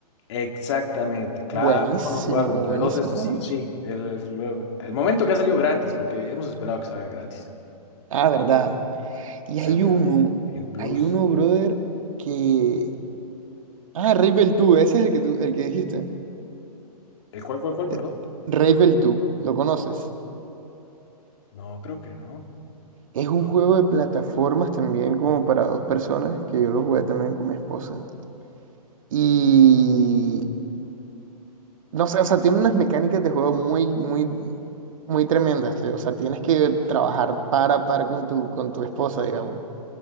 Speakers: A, on the left; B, on the right.
A: Exactamente, claro,
B: Buenísimo,
A: ¿cómo no jugarlo? Entre
B: buenísimo,
A: dos, ese sí
B: ¿no?
A: o sí. El, el el momento que ha salido gratis, porque hemos esperado que salga gratis.
B: Ah, verdad. Y
A: Salió
B: hay uno,
A: el Plus.
B: hay uno, brother, que. Ah, Ravel 2, ese es el que tú, el que dijiste.
A: ¿El cuál, cuál, cuál, perdón?
B: Eh, Ravel 2, ¿lo conoces?
A: No, creo que no.
B: Es un juego de plataformas también como para dos personas, que yo lo jugué también con mi esposa. Y No sé, o sea, tiene unas mecánicas de juego muy, muy, muy tremendas. te- O sea, tienes que trabajar para a par con tu, con tu esposa, digamos.